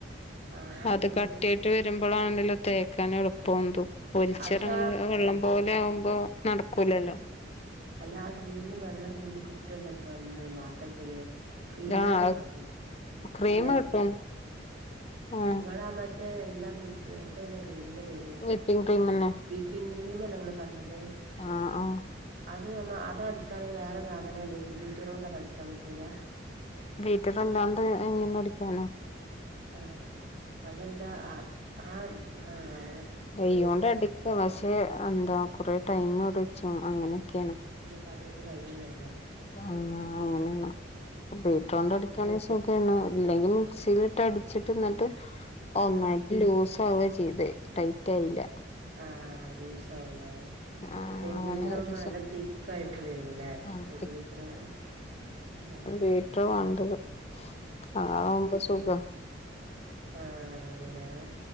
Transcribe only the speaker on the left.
അത്
കട്ടിയായിട്ട് വര്മ്പളാണല്ലോ തേക്കാൻ എള്പ്പം തും ഒലിചെറങ്ങണ
വെള്ളം പോലെ പോലെ ആവുമ്പോ നടക്കൂലല്ലോ
ആഹ്
ക്രീം
കിട്ടും ആഹ്
വിപ്പിംഗ് ക്രീം തന്നെ
ആഹ് ആഹ്
ബീറ്ററല്ലാണ്ട് എങ്ങനടിക്കാന
കയ്യോണ്ട് അടിക്കാ പഷേ എന്താ കൊറേ ടൈമ് അടിച്ചും അങ്ങനെക്കേണ്.
ആഹ് അങ്ങനേണ് ബീട്രോണ്ടടിക്കാണെ സുഖാ ക്കേണ് ഇല്ലെങ്കി മിക്സീലിട്ട് അടിച്ച്ട്ട് ന്ന്ട്ട് ഒന്നായ്റ്റ്
ലൂസ് റ്റാവെ ചെയ്തേ ട്ടയ്റ്റായില്ല.
ആഹ്
അങ്ങനെ
ഒരു
സ
ആഹ്
ബീറ്റ്റാ വാണ്ടത് അതാവുമ്പ സുഖാ